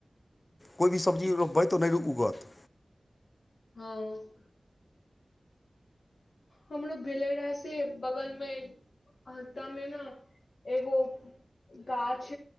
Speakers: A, on the left (about 40°); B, on the left (about 80°).
A: कोइ भी सब्जी रोपबै तऽ नय उगत
B: हँ हमरो भेले रह से बगल मे हप्ता मे न एगो गाछ